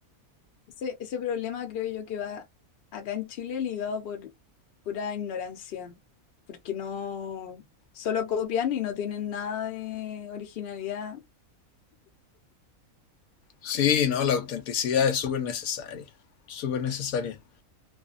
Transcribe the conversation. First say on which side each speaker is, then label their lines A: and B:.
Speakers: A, on the left (about 50°); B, on the left (about 80°).
A: Ese, ese problema creo yo que va acá en Chile ligado por pura ignorancia, porque no, solo copian y no tienen nada de originalidad
B: Sí, no, la autenticidad es súper necesaria, súper necesaria.